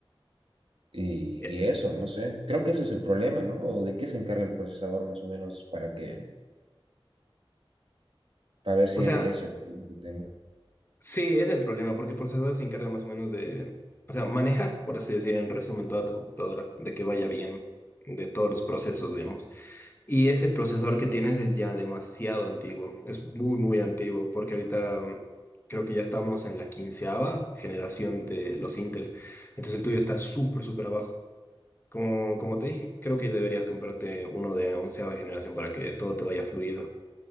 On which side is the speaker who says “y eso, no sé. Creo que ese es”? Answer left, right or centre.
Right